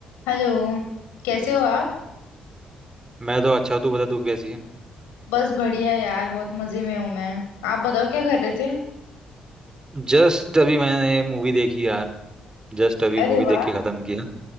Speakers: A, on the left (about 85°); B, on the right (about 25°).
A: हेलो कैसे हो आप
B: मैं तो अच्छा हूँ, तू बता तू कैसी है
A: बस बढ़िया यार बहुत मजे में हूँ मैं आप बताओ क्या कर रहे थे
B: जस्ट अभी मैंने मूवी देखी यार जस्ट अभी
A: अरे
B: मूवी देख
A: वाह
B: के खत्म किया